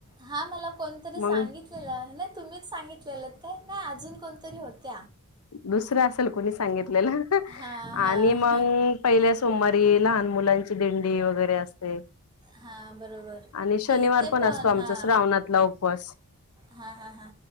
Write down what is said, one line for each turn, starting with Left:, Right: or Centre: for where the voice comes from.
Right: हां मला कोणतरी सांगितलेलं
Left: मग
Right: नाही तुम्हीच सांगितलेलं काय नाही अजून कोणतरी होत.
Left: दुसरा असेल कुणी सांगितलेलं
Right: हां हां
Left: आणि मग पहिल्या सोमवारी लहान मुलांची दिंडी वगैरे असते.
Right: हां बरोबर
Left: आणि शनिवार
Right: ते इथे
Left: पण असतो आमचा
Right: हां
Left: श्रावणातला उपवास.
Right: हां हां हां